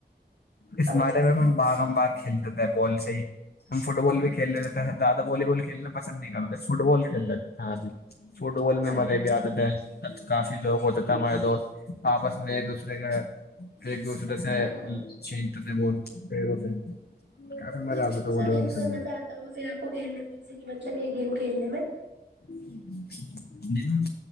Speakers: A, on the left; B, on the right.
A: اس
B: اچھا
A: مارے میں
B: سر
A: باغ ہم باغ کھیلتے تھے بال سے ہی ہم فٹ بال بھی کھیل لیتے تھ ہیں زیادہ والی بال کھیلنا پسند نہیں کرتے فٹ بال کھیل دیتے ہاں جی فٹ بال
B: اچھا
A: میں مزے بھی آتے تھے کافی لوگ ہوتا
B: اچھا
A: تھے ہمارے دوست آپس میں ایک دوسرے کے ایک دوسرے سے
B: سر
A: چتا بول پیرو سے کافی مزہ
B: اچھا
A: آتا تھا والی بال
B: یہ تو
A: کھیلنے
B: میں مزہ آتا ہوں پھر آپ کو کھیل مز مطلب یہ گیم کھیلنے میں
A: نہیں